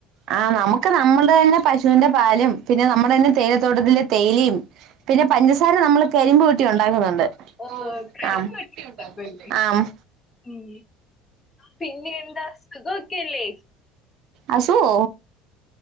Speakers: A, on the right; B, on the left.
A: ആഹ് നമുക്ക് നമ്മള്ടെ ന്നെ പശുവിന്റെ പാലും പിന്നെ നമ്മുടെ തന്നെ തേയിലത്തോട്ടത്തിലെ തേയിലിം പിന്നെ പഞ്ചസാര നമ്മ കരിമ്പ് ഊറ്റി ഉണ്ടാക്കുന്നുണ്ട്
B: ഓ കരിമ്പ്
A: ആഹ്
B: കിട്ടി
A: കരിമ്പ്
B: കുഴപ്പമില്ലേ
A: ഊറ്റി ഉണ്ടാക്കല്ലേ ആഹ് ആഹ്
B: ഉം പിന്നെ എന്താ സുഖോക്കെല്ലേ
A: അസുഖോ